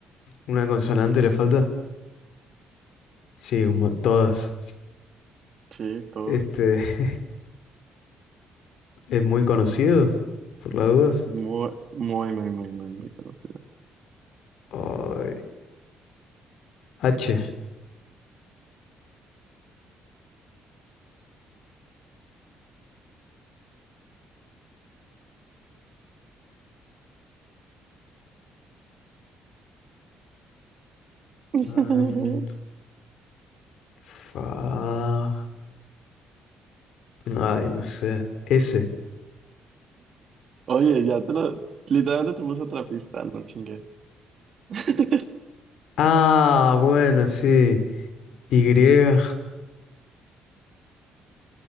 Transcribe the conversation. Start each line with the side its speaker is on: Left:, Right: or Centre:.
Left: ¿Una consonante le falta? Sí, un mo- todas.
Right: Sí, tú.
Left: Este <laughs> es muy conocido, por las dudas.
Right: Muy, muy, muy, muy, muy, muy conocido.
Left: Ay, H.
Right: <laughs>
Left: Fan, fa. Ay, no sé. S.
Right: Oye, ya te lo... Literalmente te puse otra pista, no chingues. <laughs>
Left: Ah, bueno, sí. Y. <laughs>